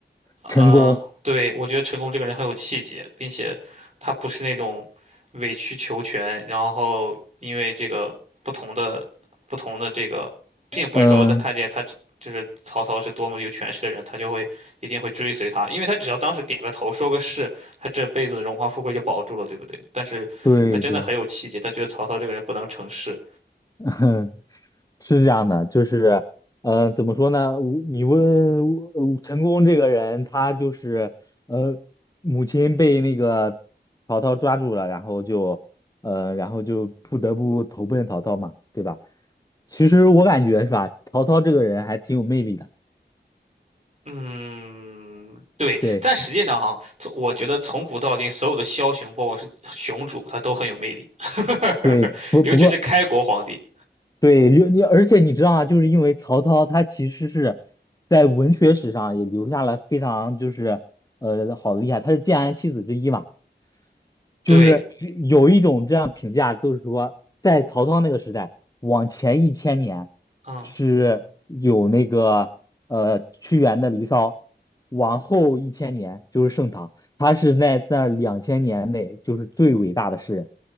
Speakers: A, on the right (about 40°); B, on the left (about 20°).
A: 嗯，
B: 陈宫。
A: 对，我觉得陈宫这个人很有气节，并且他不是那种委曲求全，然后因为这个不同的不同的这个，并不是说他看见他只就是曹操是多么有权势的人，
B: 嗯，
A: 他就会一定会追随他，因为他只要当时点个头说个是，他这辈子的荣华富贵就保住了，对不对？但是他真的很有气节，
B: 对对，
A: 他觉得曹操这个人不能成事，
B: <laughs> 是这样的，就是，呃，怎么说呢？我你问呃陈宫这个人，他就是，呃，母亲被那个曹操抓住了，然后就，呃，然后就不得不投奔曹操嘛，对吧？其实我感觉是吧，曹操这个人还挺有魅力的，
A: 嗯，对，
B: 对
A: 但实际上哈，从我觉得从古到今，所有的枭雄，包括是雄主，他都很有魅力，<laughs>
B: 对，不不过
A: 尤其是开国皇帝。
B: 对，因为你而且你知道吗？就是因为曹操他其实是在文学史上也留下了非常就是呃好的厉害，他是建安七子之一嘛，就是有一种这样评价，
A: 对，
B: 都是说在曹操那个时代往前一千年
A: 嗯，
B: 是有那个呃屈原的《离骚》，往后一千年就是盛唐，他是在那两千年内就是最伟大的诗人。